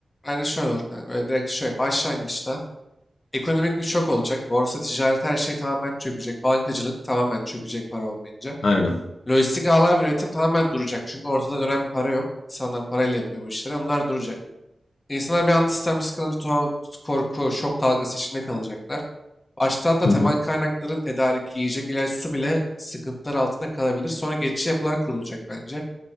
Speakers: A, on the left (about 25°); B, on the left (about 85°).
A: Bence şöyle olur kanka. Böyle direkt şöyle başlangıçta ekonomik bir şok olacak. Borsa, ticaret her şey tamamen çökecek. Bankacılık tamamen çökecek para olmayınca.
B: aynen.
A: Lojistik ağlar ve üretim tamamen duracak. Çünkü ortada dönen bir para yok. İnsanlar parayla yapıyor bu işleri. Onlar duracak. İnsanlar bir anda sistem sıkılınca tuhaf korku, şok dalgası içinde kalacaklar. Başta da
B: Hı
A: temel
B: hı,
A: kaynakların tedariki, yiyecek, ilaç, su bile sıkıntılar altında kalabilir. Sonra geçici yapılar kurulacak bence.